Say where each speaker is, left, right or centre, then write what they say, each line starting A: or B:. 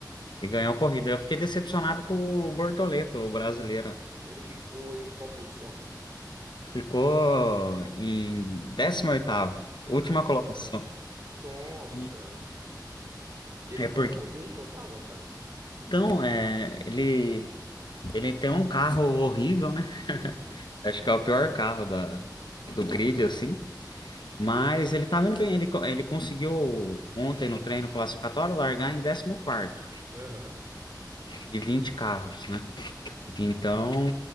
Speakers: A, on the left; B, on the right.
A: e ganhou a corrida. Eu fiquei decepcionado com o Bortoleto, o brasileiro.
B: Ele ficou em qual posição?
A: Ficou em décimo oitavo
B: Caraca,
A: última colocação.
B: nossa.
A: E
B: E ele tava
A: É porque,
B: indo bem, não tava, cara?
A: então, é, ele, ele tem um carro horrível, né?
B: Uhum.
A: Acho que é o pior carro da, do grid, assim. Mas ele tá indo bem. Ele, co- ele conseguiu ontem no treino classificatório largar em décimo quarto
B: Aham.
A: de 20 carros, né? Então,